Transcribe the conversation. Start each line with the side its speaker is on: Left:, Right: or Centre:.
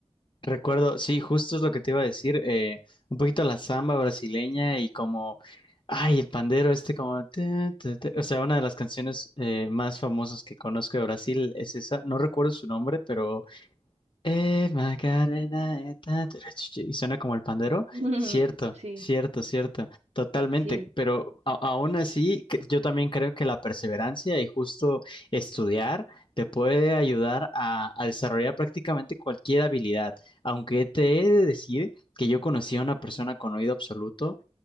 Left: Recuerdo, sí, justo es lo que te iba a decir, eh, un poquito la samba brasileña y como, ay, el pandero este como, ta, ta, ta. o sea, una de las canciones eh, más famosas que conozco de Brasil es esa, no recuerdo su nombre, pero eh, Macarena, eh, ta, ta, ra, chu, chu, y suena como el pandero.
Right: <laughs>
Left: Cierto,
Right: Sí,
Left: cierto, cierto, totalmente.
Right: sí.
Left: Pero a- aún así, que- yo también creo que la perseverancia y justo estudiar te puede ayudar a, a desarrollar prácticamente cualquier habilidad. Aunque te he de decir que yo conocí a una persona con oído absoluto